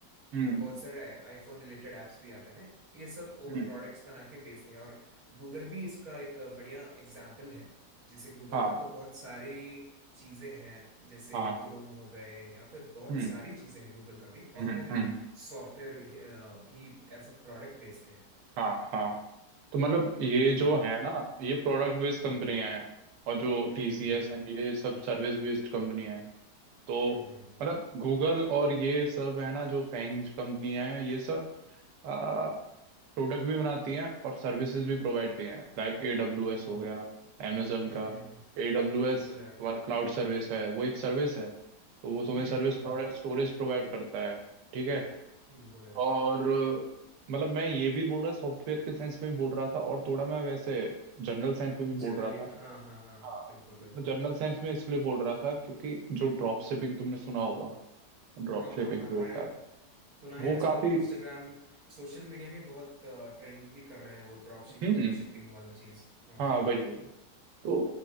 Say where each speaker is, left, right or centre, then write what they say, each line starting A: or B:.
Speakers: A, on the right; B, on the right.
A: हम्म
B: और बहुत सारे आईफोन रिलेटेड ऐप्स भी आते हैं ये सब वो
A: हम्म
B: प्रोडक्ट्स बना के बेचते हैं और गूगल भी इसका एक बढ़िया एग्जाम्पल है जैसे गूगल
A: हाँ
B: का तो बहुत सारी चीजें हैं जैसे
A: हाँ
B: क्रोम हो गए या फिर बहुत
A: हम्म
B: सारी चीजें हैं गूगल का भी और
A: हम्म
B: वो भी
A: हम्म
B: सॉफ्टवेयर ही अ, भी एज अ प्रोडक्ट बेचते हैं
A: हाँ हाँ तो मतलब ये
B: बिल्कुल
A: जो
B: यार
A: है ना ये प्रोडक्ट बेस्ड कंपनियां
B: हम्म
A: हैं और जो
B: हम्म
A: टीसीएस
B: हम्म
A: एंड ये सब सर्विस बेस्ड कंपनियां हैं तो
B: हम्म हम्म
A: मतलब गूगल और ये सब है ना जो फैंग कंपनियां हैं ये सब प्रोडक्ट भी बनाती हैं और सर्विसेज भी प्रोवाइड किए हैं लाइक ए डब्ल्यू एस
B: हम्म
A: हो
B: हम्म
A: गया amazon
B: हम्म
A: का
B: हम्म, हम्म, हम्म, हम्म, हम्म।
A: ए डब्ल्यू एस
B: बिल्कुल यार
A: तुम्हारा क्लाउड सर्विस है वो एक सर्विस है तो वो तुम्हें
B: हम्म
A: सर्विस
B: हम्म हम्म
A: प्रोवाइड स्टोरेज प्रोवाइड करता है ठीक है
B: हम्म, बिल्कुल यार
A: और अ, मतलब मैं ये भी बोल रहा सॉफ्टवेयर के साइंस में भी बोल रहा था और थोड़ा मैं वैसे जनरल साइंस में भी
B: जनरली
A: बोल रहा था
B: हाँ हाँ हाँ
A: हाँ
B: बिल्कुल बिल्कुल
A: मैं जनरल साइंस में इसलिए बोल रहा था क्योंकि जो ड्रॉप शिपिंग तुमने सुना होगा ड्रॉप
B: हाँ
A: शिपिंग
B: हाँ हाँ
A: जो
B: हाँ
A: होता
B: यार
A: है
B: सुना है
A: वो
B: आजकल
A: काफी
B: इंस्टाग्राम सोशल मीडिया में बहुत ट्रेंड भी कर रहा है वो ड्रॉप शिपिंग
A: हम्म
B: वाला चीज हाँ
A: हाँ
B: हाँ
A: वही
B: हाँ
A: वही तो